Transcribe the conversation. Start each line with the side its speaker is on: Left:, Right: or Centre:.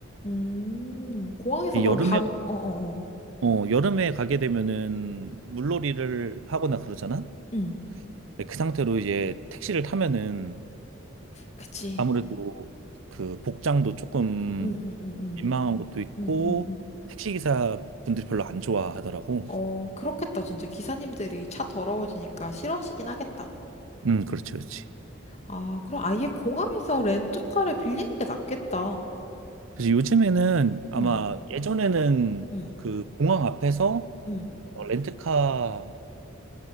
Left: 음, 공항에서
Right: 이
Left: 그럼
Right: 여름에
Left: 바로, 어어어.
Right: 어 여름에 가게 되면은 물놀이를 하거나 그러잖아.
Left: 응,
Right: 네, 그 상태로 이제 택시를 타면은
Left: 그치.
Right: 아무래도 그 복장도 조금
Left: 응, 응, 응, 응,
Right: 민망한 것도 있고
Left: 응, 응, 응.
Right: 택시기사 분들이 별로 안 좋아하더라고.
Left: 어, 그렇겠다. 진짜 기사님들이 차 더러워지니까 싫어하시긴 하겠다.
Right: 음, 그렇죠, 그렇지.
Left: 아, 그럼 아예 공항에서 렌트카를 빌리는 게 낫겠다.
Right: 그래서 요즘에는 아마
Left: 응,
Right: 예전에는
Left: 응,
Right: 공항 앞에서
Left: 응,
Right: 어, 렌트카